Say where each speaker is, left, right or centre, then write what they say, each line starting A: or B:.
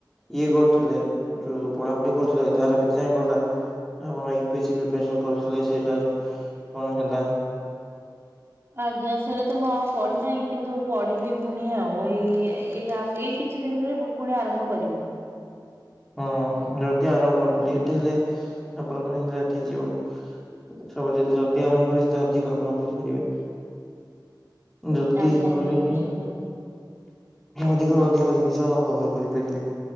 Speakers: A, in the centre; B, on the right.
A: ଇଏ କରୁଥିଲେ ଯୋଉ ପଢ଼ାପଢ଼ି କରୁଥିଲେ ତାର କେତେ ଯାଇ ଗଲା ଆଉ E P A C preparation କରୁଥିଲେ ସେ ତାର କଣ ହେଲା?
B: ଆଜ୍ଞା ସେଇଟା ତ ମୁଁ ଆଉ ପଢ଼ି ନାହିଁ କିନ୍ତୁ ପଢ଼ିବି ପୁଣି ଆଉ ଏଇ ଏଇ ଆ ଏଇକି କିଛି ଦିନରେ ପୁଣି ଆରମ୍ଭ କରିବି।
A: ହୁଁ ଯଦି ଆରମ୍ଭ କରନ୍ତୁ ଲେଟ ହେଲେ ଆପଣଙ୍କର ହିଁ ଲେଟ ହେଇଯିବ। ସବୁ ଯେତେ ଜଲଦି ଆରମ୍ଭ କରିବେ ସେତେ ଅଧିକ ଆପଣ କରିପାରିବେ? ଜଲଦି
B: ଆଜ୍ଞା
A: କଲେ
B: ଆଜ୍ଞା
A: ହିଁ
B: ନିଶ୍ଚୟ
A: ଅଧିକରୁ ଅଧିକ ଜିନିଷ କଭର କରିପାରିବେ